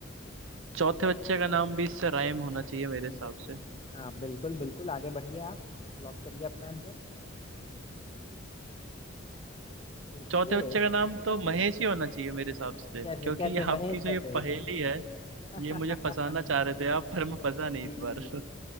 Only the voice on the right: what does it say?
चौथे बच्चे का नाम भी इससे राइम होना चाहिए मेरे हिसाब से
चौथे बच्चे का नाम तो महेश ही होना चाहिए मेरे हिसाब से
क्योंकि
ये
आपकी जो
ये
पहेली है
ये मुझे फंसाना चाह रहे थे आप पर मैं फंसा नहीं
इस बार <laughs>